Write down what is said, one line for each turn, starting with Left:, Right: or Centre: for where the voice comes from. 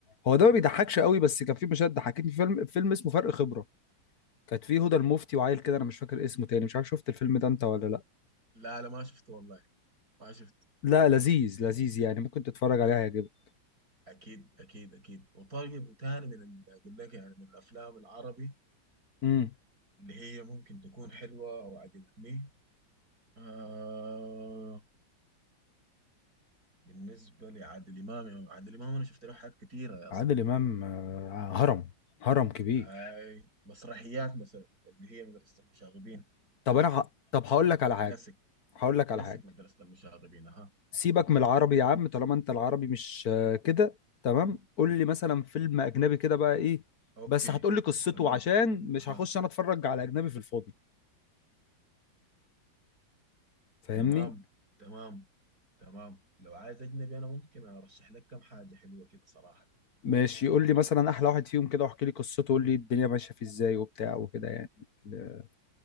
Left: هو ده ما بيضحكش قوي بس كان في مشاهد ضحكتني في فيلم فيلم اسمه فرق خبرة كانت فيه هدى المفتي وعيل كده انا مش فاكر اسمه تاني مش عارف شفت الفيلم ده انت ولا لا
Right: لا لا ما شفته والله ما شفته
Left: لا لذيذ لذيذ يعني ممكن تتفرج عليه هيعجبك
Right: اكيد اكيد اكيد وطيب وتاني من ال- اقول لك يعني من الافلام العربي
Left: امم
Right: اللي هي ممكن تكون حلوه او عجبتني آه بالنسبه لعادل امام عادل امام انا شفت له حاجات كتيره يا اصلا
Left: عادل امام آه، هرم هرم كبير
Right: هاي مسرحيات مثلا اللي هي مدرسه المشاغبين
Left: طب
Right: تحفه
Left: انا ه... طب هقول لك على حاجه
Right: كلاسيك
Left: هقول لك
Right: كلاسيك
Left: على حاجه
Right: مدرسه المشاغبين اها
Left: سيبك من العربي يا عم طالما انت العربي مش آه، كده تمام قول لي مثلا فيلم اجنبي كده بقى ايه
Right: اوكي
Left: بس هتقول لي قصته
Right: تمام
Left: عشان مش
Right: اها
Left: هخش انا اتفرج على اجنبي في الفاضي فاهمني
Right: تمام تمام تمام لو عايز اجنبي انا ممكن ارشح لك كم حاجه حلوه كده صراحه
Left: ماشي قول لي مثلا احلى واحد فيهم كده واحكي لي قصته قول لي الدنيا ماشيه فيه ازاي وبتاع وكده يعني ال-